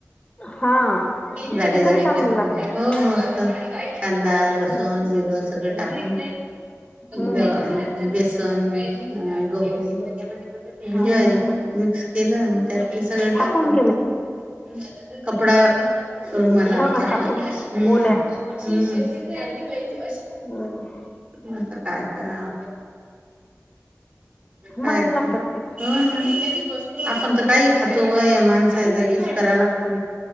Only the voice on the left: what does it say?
हा
ते
तरी चांगले
लागतात
हम्म
हम्म
हम्म हम्म
थापून
केले
हो ना
थापून
ओल्या
हम्म
मस्त लागतात ते
हम्म.